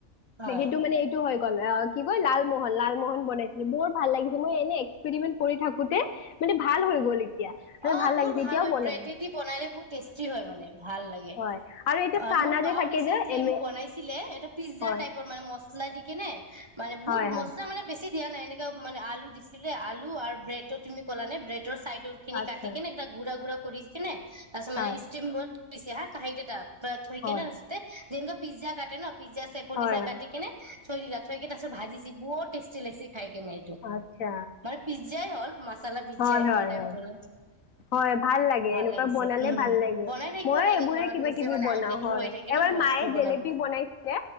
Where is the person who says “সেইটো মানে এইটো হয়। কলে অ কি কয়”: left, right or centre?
Left